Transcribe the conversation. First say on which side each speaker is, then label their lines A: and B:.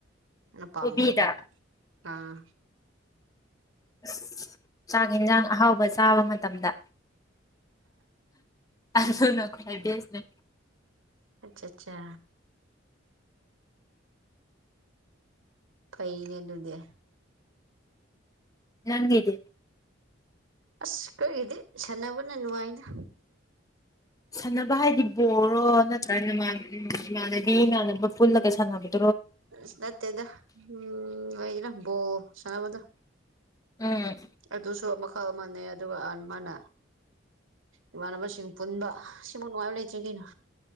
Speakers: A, on the right; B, on the left.
A: ꯅꯪꯅ ꯄꯥꯝꯖꯕ
B: ꯀꯣꯕꯤꯗ
A: ꯑꯥ
B: ꯑꯁ ꯆꯥꯛ ꯌꯦꯟꯁꯥꯡ ꯑꯍꯥꯎꯕ ꯆꯥꯕ ꯃꯇꯝꯗ ꯑꯗꯨꯅ ꯈ꯭ꯋꯥꯏ ꯕꯦꯁꯅꯦ
A: ꯑꯆꯥ ꯆꯥꯆꯥ ꯐꯩꯅꯦ ꯑꯗꯨꯗꯤ
B: ꯅꯪꯒꯤꯗꯤ
A: ꯑꯁ ꯀꯔꯤꯒꯤꯗꯤ ꯁꯥꯟꯅꯕꯅ ꯅꯨꯡꯉꯥꯏꯗ
B: ꯁꯥꯟꯅꯕ ꯍꯥꯏꯗꯤ ꯕꯣꯜꯂꯣ ꯅꯠꯇ꯭ꯔꯒꯅ ꯏꯃꯥꯟꯅꯕꯤ ꯏꯃꯥꯟꯅꯕ ꯄꯨꯜꯂꯒ ꯁꯥꯟꯅꯕ
A: ꯑꯁ ꯅꯠꯇꯦꯗ ꯎꯝ ꯑꯣꯏꯒꯦꯔ ꯕꯣꯜ ꯁꯥꯟꯅꯕꯗ
B: ꯎꯝ
A: ꯑꯗꯨꯁꯨ ꯃꯈꯜ ꯑꯃꯅꯦ ꯑꯗꯨꯒ ꯑꯥꯥ ꯑꯃꯅ ꯏꯃꯥꯟꯅꯕꯁꯤꯡ ꯄꯨꯟꯕ ꯁꯤꯃꯨꯛ ꯅꯨꯡꯉꯥꯏꯕ ꯂꯩꯇꯦ ꯀꯩꯅꯣ